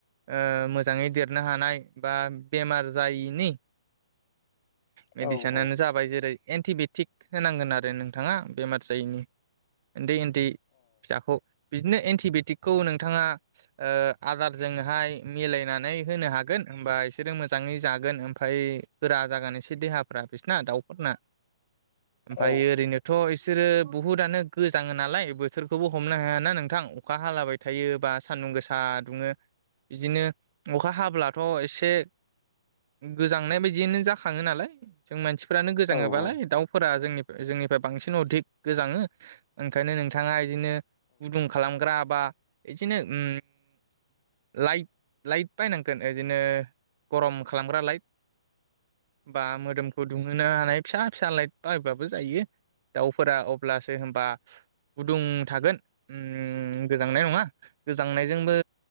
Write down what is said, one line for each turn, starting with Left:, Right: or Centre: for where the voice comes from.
Right: ओ‌ मो मोजाङै देरनो हानाय बा बेमार जायैनि। मेडिसिनानो
Left: औ औ औ
Right: जाबाय जेरै एन्टि बेटिक होनांगोन आरो नोंथाङा बेमार जायैनि। उन्दै उन्दै फिसाखौ बिदिनो एन्टि बेटिकखौ नोंथाङा ओ आदारजोंहाय मिलायना नै होनो हागोन होनबा बिसोरो मोजाङै जागोन ओमफ्राय गोरा जागोन एसे देहाफ्रा बिसोरना दाउ <unintelligible> ओमफ्राय
Left: अ औ
Right: ओरैनोथ' एसे बिसोरो बुहुदानो गोजाङो नालाय बोथोरखौबो हमनो हायाना नोंथां अखा हालाबाय थायो बा सानदुं गोसा दुङो बिदिनो अखा हाब्लाथ' एसे गोजांनाय बायदियानो जा खाङो नालाय जों मानसिफोरानो गोजाङोबालाय
Left: औ औ
Right: दाउफोरा जोंनि जोंनिफ्राय बांसिन अधिक गोजाङो ओंखायनो नोंथाङा बिदिनो गुदुं खालामग्रा बा बिदिनो उम लायट लायट बायनांगोन इदिनो गरम खालामग्रा लाइट बा मोदोमखौ दुंहोनो हानाय फिसा फिसा लाइट बाहायबाबो जायो। दाउफोरा अब्लासो होमबा गुदुं थागोन । उम गोजांनाय नङा गोजांनायजोंबो